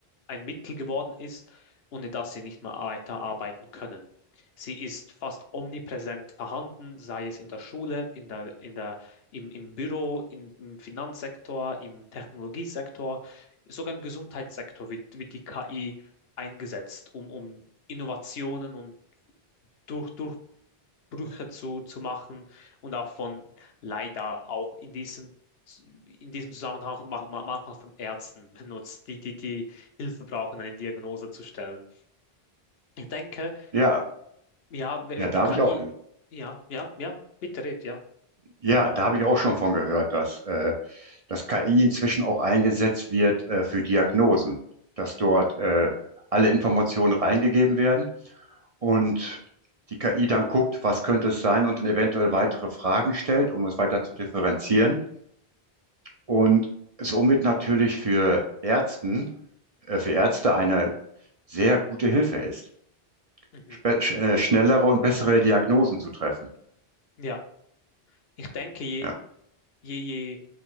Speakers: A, on the left; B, on the right.
A: ein Mittel geworden ist, ohne das sie nicht mehr weiterarbeiten können. Sie ist fast omnipräsent vorhanden, sei es in der Schule, in der, in der, im, im Büro, in, im Finanzsektor, im Technologiesektor, sogar im Gesundheitssektor wird, wird die KI eingesetzt, um, um Innovationen und durch, Brüche zu, zu machen und auch von leider auch in diesem, in diesem Zusammenhang mach- ma- manchmal von Ärzten benutzt, die, die, die Hilfe brauchen, eine Diagnose zu stellen. Ich denke,
B: Ja,
A: ja, wenn
B: ja,
A: wenn
B: da
A: die KI,
B: habe ich auch,
A: ja, ja, ja, bitte red, ja.
B: ja, da habe ich auch schon von gehört, dass, äh, dass KI inzwischen auch eingesetzt wird, äh, für Diagnosen, dass dort, äh, alle Informationen reingegeben werden und die KI dann guckt, was könnte es sein und dann eventuell weitere Fragen stellt, um es weiter zu differenzieren. und somit natürlich für Ärzten, äh, für Ärzte eine sehr gute Hilfe ist,
A: Mhm.
B: spe- sch äh, schnellere und bessere Diagnosen zu treffen.
A: Ja, ich denke, je,
B: Ja.
A: je, je,